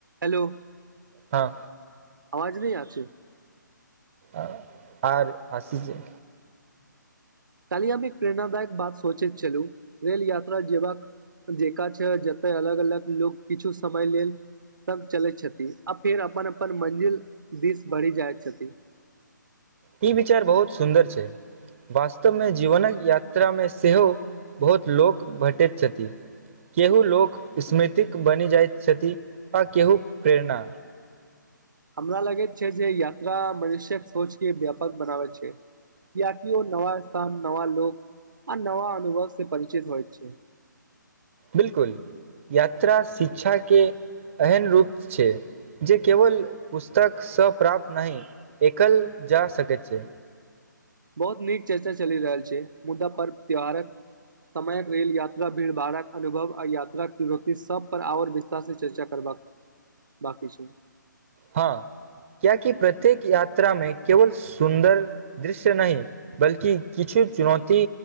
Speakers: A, on the right; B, on the right.
A: हेलो
B: हाँ
A: अवाज नहि आ छै
B: आ-आर आसी छै
A: काल्हि हम एक प्रेरणादायक बात सोचैत छलहुँ रेल यात्रा जेबाक जेका छै जते अलग अलग लोग किछु समय लेल तक चलैत छथि आ फेर अपन अपन मंजिल दिस बढि जाइ छथिन
B: ई विचार बहुत सुन्दर छै वास्तवमे जीवनक यात्रामे सेहो बहुत लोक भेटैत छथिन केहू लोक स्मृतिक बनि जाइत छथि आ केहू प्रेरणा
A: हमरा लगैत छै जे यात्रा मनुष्यक सोचके व्यापक बनाबै छै कियाकि ओ नवा स्थान नवा लोक आ नवा अनुभव से परिचित होइ छै
B: बिल्कुल यात्रा शिक्षाके एहन रूप छै जे केवल पुस्तकसँ प्राप्त नहि एकल जा सकैत छै
A: बहुत नीक चर्चा चलि रहल छै मुद्दा पर्व त्यौहारक समयक रेल यात्रा भीड़ भाड़क अनुभव आ यात्राक चुनौती सब पर आओर वि्त- -सतारसँ चर्चा करबाक बांकी छै
B: हाँ कियाकि प्रत्येक य्रात्रामे केवल सुन्दर दृश्य नहि बल्कि किछु चुनौती